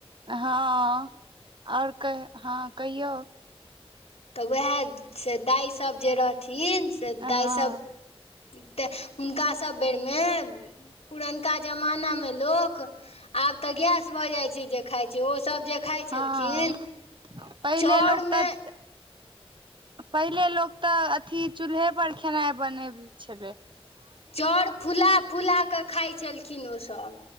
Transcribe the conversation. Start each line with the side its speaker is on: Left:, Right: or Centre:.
Right: हँ ओर कह हँ कहियौ
Left: तऽ उएह से दाइसभ जे रहथिन से
Right: हँ
Left: दाइसभ तऽ हुनका सभ बेरमे पुरनका जमाना में लोक आब त गैस भ जाय छै जे खाय छी ओ सब जे खाइत
Right: हँ
Left: छलखिन
Right: पहिले
Left: चाउरमे
Right: लोक तऽ पहिले लोक तऽ अथी चूल्हे पर खेनाइ बनबे छलैय
Left: चउर फुला फुला क खाइ छलखिन ओसभ